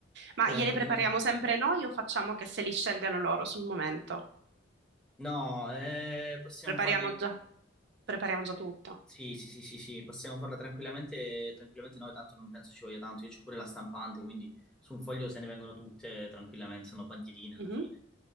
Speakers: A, on the right (about 65°); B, in the centre.
A: Ma
B: Cioè,
A: gliele
B: così.
A: prepariamo sempre noi o facciamo che se li scelgano loro sul momento?
B: No, eh, possiamo
A: Prepariamo
B: fare.
A: già, prepariamo già tutto.
B: Sì, sì, sì, sì, sì, possiamo farla tranquillamente, tranquillamente noi, tanto non penso ci voglia tanto, io c'ho pure la stampante, quindi su un foglio se ne vengono tutte tranquillamente, sono bandierine alla
A: Mhm.
B: fine.